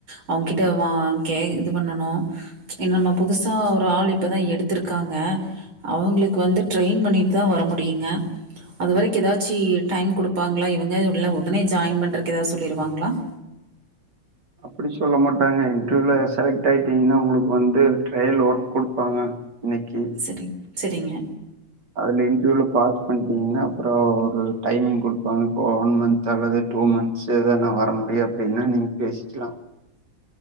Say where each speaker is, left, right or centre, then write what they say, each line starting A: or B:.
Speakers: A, on the right (about 75°); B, on the right (about 55°).
A: அவங்க கிட்ட இப்பவா கே இது பண்ணணு இன்ன நம்ம புதுசா ஒரு ஆள் இப்பதா எடுத்திருக்காங்க அவங்களுக்கு வந்து ட்ரெயின் பண்ணிட்டு தா வர முடியுங்க அதுவரைக்கி ஏதாச்சி டைம் குடுப்பாங்களா இவங்க உள்ள உடனே ஜாயின் பண்றக்கு ஏதாது சொல்லிருவாங்களா <inaudible>
B: அப்படி சொல்ல மாட்டாங்க இன்டர்வியூல செலக்ட் ஆயிட்டீங்கன்னா உங்களுக்கு வந்து ட்ரையல் ஒர்க் குடுப்பாங்க நிக்கி
A: சரிங் சரிங்க
B: அதுல இன்டர்வியூல பாஸ் பண்ணிட்டீங்கன்னா அப்புற ஒரு டைமிங் குடுப்பாங்க ஒன் மந்த் அல்லது டூ மந்த்ஸ் ஏத நா வர முடியு அப்டின்னா நீங்க பேசிக்கலா